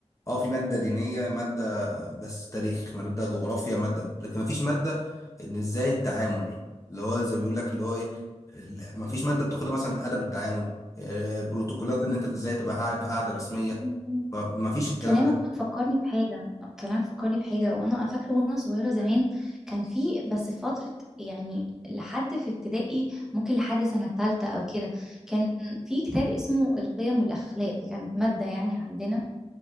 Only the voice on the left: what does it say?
أه في مادة دينية مادة بس تاريخ مادة جغرافيا مادة لكن ما فيش مادة إن إزاي التعامل اللي هو زي ما بيقول لك اللي هو إيه ال- ما فيش مادة بتاخدها مثلا أدب التعامل آه، بروتوكولات ان انت ازاي تبقى قاعد في قاعده رسميه
ما ما فيش الكلام
ده